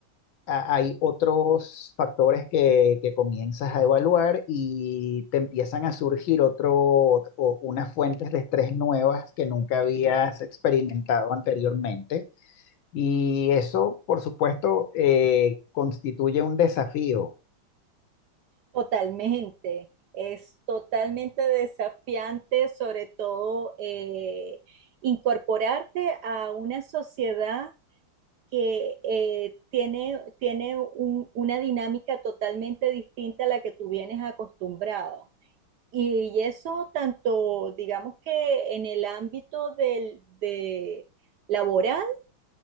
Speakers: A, on the left (about 75°); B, on the right (about 75°).
A: a- hay otros factores que, que comienzas a evaluar y te empiezan a surgir otro, o unas fuentes de estrés nuevas que nunca habías experimentado anteriormente. Y eso, por supuesto, eh, constituye un desafío.
B: Totalmente, es totalmente desafiante, sobre todo eh, incorporarte a una sociedad que eh, tiene, tiene un- una dinámica totalmente distinta a la que tú vienes acostumbrado. Y eso tanto, digamos que en el ámbito del, de laboral